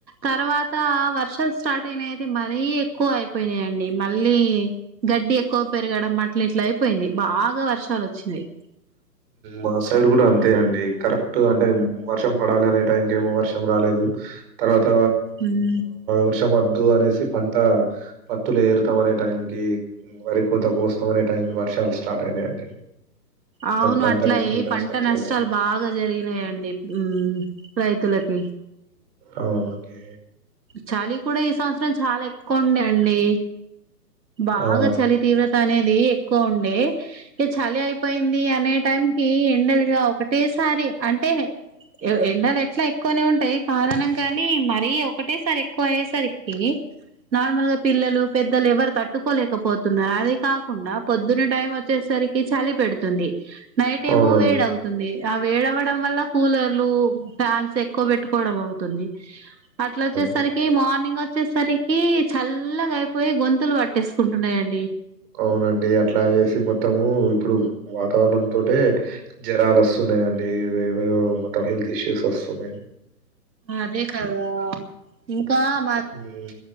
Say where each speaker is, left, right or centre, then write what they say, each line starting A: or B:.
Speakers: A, on the right; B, on the right.
A: తర్వాత వర్షం స్టార్ట్ అయితే మరీ ఎక్కువ అయిపోయినాయండి మళ్ళీ గడ్డి ఎక్కువ పెరుగడం అట్లా ఇట్లయి పోయింది బాగా వర్షాలు వచ్చినాయి
B: మా సైడ్ కూడా అంతే అండి కరెక్ట్ అంటే వర్షం పడాలి అనే టైంకి ఏమో వర్షం రాలేదు తర్వాత
A: ఉమ్.
B: వర్షం వ వద్దు అనేసి పంట పత్తులు ఏరుతాం అనే టైముకి వరి కోత కోస్తామనే టైంకి వర్షాలు సా స్టార్ట్ అయినాయండి.
A: అవును
B: పంటని
A: అట్లాయి
B: నాశనం
A: పంట నష్టాలు
B: చేయడానికి
A: బాగా జరిగినాయండి ఉమ్మ్ రైతులకి.
B: అవునండి.
A: చలి కూడా ఈ సంవత్సరం చాలా ఎక్, కుండే అండి. బాగా
B: ఆ
A: చలి తీవ్రత అనేది ఎక్కువ ఉండే ఇక చలి అయిపోయింది. అనే టైం కి ఎండలుగావు. ఫేస్. ఒకసారి అంటే ఎండలు ఎట్లా ఎక్కువనే ఉంటాయి. కారణంగానీ మారి ఒకటే సరికి ఎక్కువ ఐయ్యేసరికి నార్మల్ గా పిల్లలు పెద్దలు. తట్టుకోలేకపోతున్నారు. అది కాకుండా పొద్దున్న టైం వచ్చేసరికి చలి పెడుతుంది. నైట్ ఏమో
B: అవునండి
A: వేడ అవుతుంది. ఆహ్ వేడవడం వల్ల కూలర్లు. ఫ్యాన్స్ ఎక్కువ పెట్టుకోవడం అవుత్ కొన్ని అట్లా వచ్చేసరికి
B: ఆ
A: మార్నింగ్ వచ్చి. వచ్చేసరికి చల్లగా అయిపోయి గొంతులు పాటేసి తెేసుకుంటున్నాయండి.
B: అవునండి అట్లా చేసి మొత్తము ఇప్. ఇప్పుడు వాతావరణంతోటే జ్వరాలు వస్తున్నాయి అండి. ఏవేవో మొత్తం హెల్త్ ఇష్యూస్ వస్తున్నాయి.
A: అదే కాదా. ఇంకా మా
B: హ్మ్.